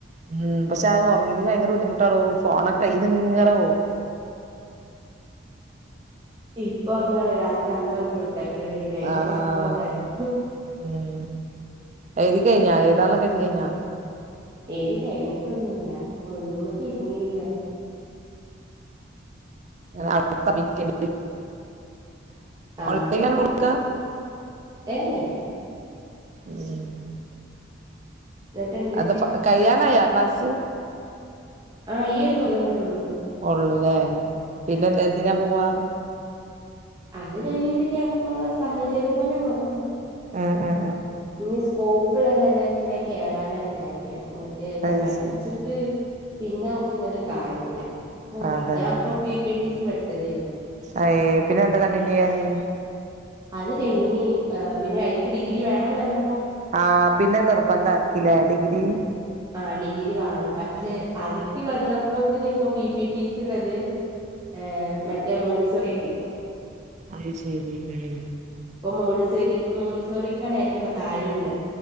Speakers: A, on the right; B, on the right.
A: ഉം പക്ഷെ അ ഉറങ്ങീല്ല്യങ്കി ഭയങ്കര ബുദ്ധിമുട്ടാടോ ഫോണൊക്കെ കൈയ്യിന്നിങ്ങനെ പോവും
B: ഇപ്പൊ ഉറങ്ങാണെ രാത്രി അന്തം വിട്ടു ചെറക്കണ്ടി വര അതിനെല്ലാംറ
A: ആഹ്
B: <unintelligible>
A: ഉം എഴുതി കഴിഞ്ഞാ എഴുതാനുള്ളക്കെ എഴുതി കഴിഞ്ഞാ
B: എഴുതി കഴിഞ്ഞിട്ടൊന്നുല്ല ഒന്നുമക്ക് ഇരുന്നീല്ല
A: ആ സബ്മിറ്റ് <inaudible>
B: ആ
A: ഓൺലൈലാണോ കൊടുക്കാ?
B: ഏ ഏ
A: ഉം
B: എന്നിട്ട് എന്തൊക്കെ
A: അത് പ കഴിയാനായാ ക്ലാസ്?
B: ആ ഈ ഒരു കൊല്ലം കൂടേ ഉള്ളൂ
A: ഉള്ളുലേ? പിന്നെ
B: ആ
A: എന്ത് എന്തിനാ പോവാ?
B: അത് കഴിഞ്ഞിട്ട് ഞാൻ അപ്പൊ സാഹചര്യം പോലെ നോക്കണം.
A: ആഹ് ആഹ്
B: ഇനി സ്കോപ്പുള്ളത് ഏതാച്ചാൽ അയിന് കേറാനാ വിചാരിക്ക്ന്നെ ഏ
A: അത്
B: പഠിച്ചിട്ട്
A: ശരി
B: പിന്നെ നോക്കിനിന്നിട്ട് കാര്യല്ല, ഇപ്പൊ
A: അതന്നെ
B: ഞാൻ ഇപ്പം പി പി ടി സി പഠിച്ചതേന്നു
A: അയ്, പിന്നെ എന്താ കണ്ടിന്യൂ ചെയ്യാഞ്ഞേ?
B: അത് കഴിഞ്ഞ് ഏ പിന്നെ അയിക്ക് ഡിഗ്രി വേണംന്ന് പറഞ്ഞപ്പോ
A: ആഹ പിന്നെ നിർബന്ധക്കിലെ ഡിഗ്രി
B: ആ ഡിഗ്രി വേണം പക്ഷേ അതിക്ക് വന്നപ്പോത്തിന് ഇപ്പൊ പി പി ടി സി ഉള്ളത് ഏ മറ്റേ മോണ്ടിസോറി ഒക്കെ
A: അത് ശരി മ്മ്
B: ഇപ്പം മോണ്ടിസോരി, മോണ്ടിസോറിക്കാണ് ഏറ്റവും വാല്യൂ ഉള്ളത്